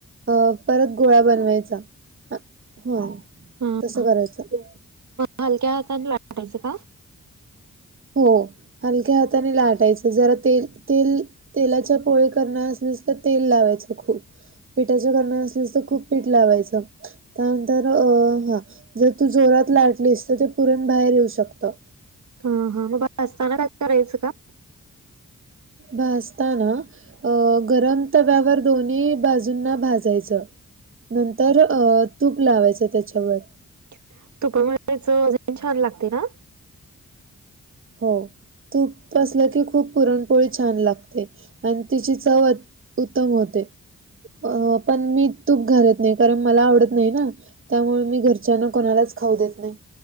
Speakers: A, on the right (about 45°); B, on the right (about 70°).
A: अ परत गोळा बनवायचा. हा,
B: हा
A: तस
B: हा
A: करायचं.
B: हलक्या हाताने लाटायचं काय?
A: हो, हलक्या हाताने लाटायचं, जरा तेल, तेल, तेलाच्या पोळी करणाऱ्यासनी- तेल लावायचं खूप, पिठाच <unintelligible> असल्यास तर खूप पीठ लावायचं. त्यानंतर अ.. हा जर तू जोरात लाटलीस, तर ते पुरण बाहेर येऊ शकत.
B: हा, हा, मग भाजताना काय करायचं का?
A: भासताना अ गरम- तव्यावर दोन्ही बाजूंना भाजायचं. नंतर अ तूप लावायचं त्याच्यावर.
B: <unintelligible> छान लागते ना
A: हो, तूप असलं की, खूप पुरणपोळी छान लागते आणि तिची चव- उत्तम होते. अ पण मी तूप घालत नाही, कारण मला आवडत नाही ना. त्यामुळे, मी घरच्यांना कोणालाच खाऊ देत नाही.